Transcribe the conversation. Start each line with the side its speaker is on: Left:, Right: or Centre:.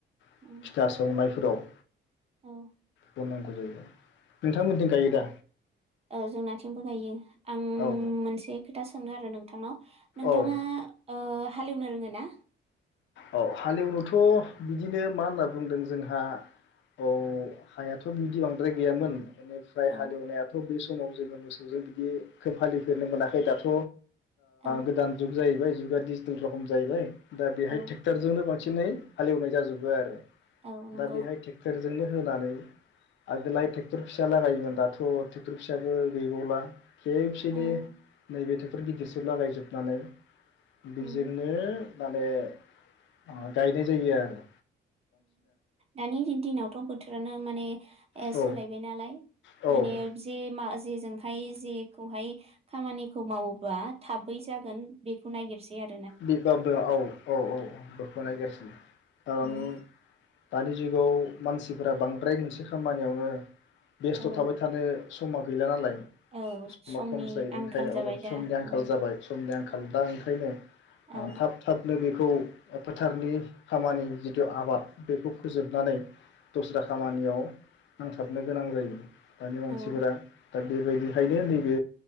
Left: फिथा
Right: उम
Left: संनाय फोराव
Right: औ
Left: बुंनांगौ जायो नोंथांमोनथिं गायो दा
Right: अ जोंनाथिंबो गायो आं
Left: औ
Right: मोनसे खोथा सोंनो आरो नोंथांनाव नोंथाङा
Left: औ
Right: हालेवनो रोङो ना
Left: औ हालेवनोथ' बिदिनो मा होनना बुंदों जोंहा औ हायाथ' बिदि बांद्राय गैयामोन बेनिफ्राय
Right: औ
Left: हालेवनायाथ' बे समाव जोङो मोसौजों बिदि <unintelligible> फोरनो मोनाखै दाथ'
Right: औ
Left: गोदान जुग जाहैबाय जुगा डिजिटेल रखम जाहैबायै दा बेहाय
Right: औ
Left: थ ट्रेक्टरजोंनो बांसिनै हालेवनाय जाजोबो आरो।
Right: औ नंगौ
Left: दा बेहाय ट्रेक्टरजोंनो होनानै आगोलाय ट्रेक्टर फिसा लागायोमोन दाथ' ट्रेक्टर फिसायाबो गैबावला। खेबसेनो
Right: ओं
Left: नैबे टे फोर गिदिरसो लागायजोबनानै बेजोंनो
Right: उम
Left: माने अ गायनो जायोानो
Right: दानि दिनावथ' बोथोरानो माने
Left: औ
Right: सोलायबाय नालाय,
Left: औ
Right: माने
Left: उम
Right: जे मा जेजोंहाय जेखौहाय खामानिखौ मावोब्ला थाबै जागोन बेखौ नागिरसै आरो।
Left: बेबो औ औ औ औ बोखौ नागिरसिनो औ। दन
Right: उम
Left: <unintelligible> दानि जुगाव मानसिफोरा बांद्राय मोनसे खामानियावनो बेस्थ'
Right: औ
Left: थाबाय थानो समा गैला नालाय
Right: औ
Left: समा
Right: समनि
Left: खमसै
Right: आंखाल
Left: ओंखायनो
Right: जाबाय
Left: औ
Right: दा
Left: समनि आंखाल
Right: औ
Left: जाबाय समनि आंखाल दा ओंखायनो।
Right: औ
Left: थाब थाबनो बे बेखौ फोथारनि खामानि जिथु आबाद बेखौ फोजोबनानै दस्रा खामानियाव नांथाबनो गोनां जायो। दानि मानसिफोरा
Right: औ
Left: दा बेबायदिहायनो नैबे